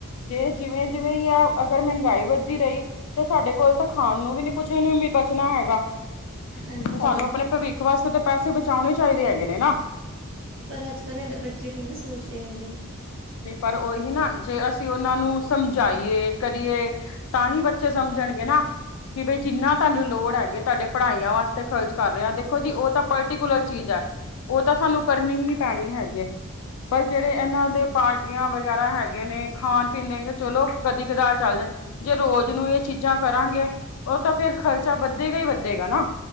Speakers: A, on the left (about 80°); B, on the right (about 65°).
A: ਜੇ ਜਿਵੇਂ-ਜਿਵੇਂ ਯਾ ਅਗਰ ਮਹਿੰਗਾਈ ਵੱਧਦੀ ਰਹੀ ਤੇ ਸਾਡੇ ਕੋਲ ਤਾਂ ਖਾਣ ਨੂੰ ਵੀ ਨੀ ਕੁਛ ਵੀ ਨੀ ਬਚਣਾ ਹੈਗਾ।
B: ਹਾਂਜੀ
A: ਤੇ ਸਾਨੂੰ ਆਪਣੇ ਭਵਿੱਖ ਵਾਸਤੇ ਤਾਂ ਪੈਸੇ ਬਚਾਉਣੇ ਚਾਇਦੇ ਹੈਗੇ ਨੇ ਨਾ।
B: ਪਰ ਅੱਜ-ਕੱਲ੍ਹ ਏਦਾਂ ਬੱਚੇ ਕਿੰਵੇਂ ਸੋਚਦੇ ਹੈਗੇ।
A: ਨਹੀਂ ਪਰ ਉਹੀ ਨਾ ਜੇ ਅਸੀਂ ਉਹਨਾਂ ਨੂੰ ਸਮਝਾਈਏ ਕਰੀਏ ਤਾਂ ਹੀ ਬੱਚੇ ਸਮਝਣਗੇ ਨਾ ਕਿ ਬਈ ਜਿੰਨਾ ਤੁਹਾਨੂੰ ਲੋੜ ਹੈਗੀ ਐ ਤੁਹਾਡੇ ਪੜ੍ਹਾਈਆਂ ਵਾਸਤੇ ਖ਼ਰਚ ਕਰ ਰਹੇ ਆ ਦੇਖੋ ਜੀ ਉਹ ਤਾਂ ਪਰਟੀਕੂਲਰ ਚੀਜ਼ ਐ ਉਹ ਤਾਂ ਸਾਨੂੰ ਕਰਨੀ ਹੀ ਪੈਣੀ ਹੈਗੀ ਏ, ਪਰ ਜਿਹੜੇ ਇਹਨਾਂ ਦੇ ਪਾਰਟੀਆਂ ਵਗੈਰਾ ਹੈਗੇ ਨੇ ਖਾਣ-ਪੀਣ ਦੇ ਚਲੋ ਕਦੀ ਕਦਾਰ ਚੱਲ ਜਾਂਦਾ ਜੇ ਰੋਜ਼ ਨੂੰ ਇਹ ਚੀਜ਼ਾਂ ਕਰਾਂਗੇ, ਉਹ ਤਾਂ ਫੇਰ ਖਰਚਾ ਵੱਧੇਗਾ ਹੀ ਵੱਧੇਗਾ ਨਾ